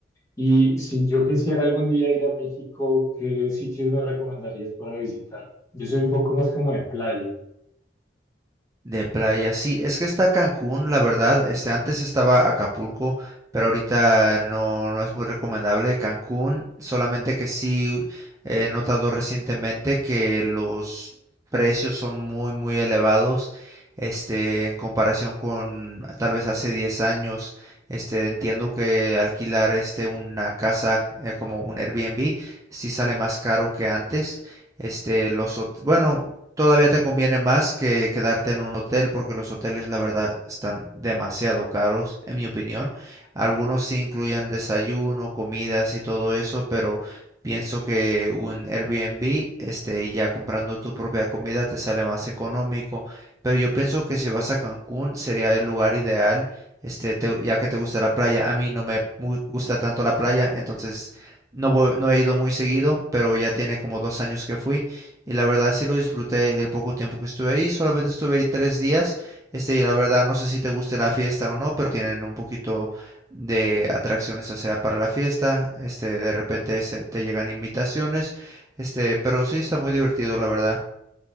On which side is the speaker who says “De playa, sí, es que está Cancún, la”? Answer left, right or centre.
Right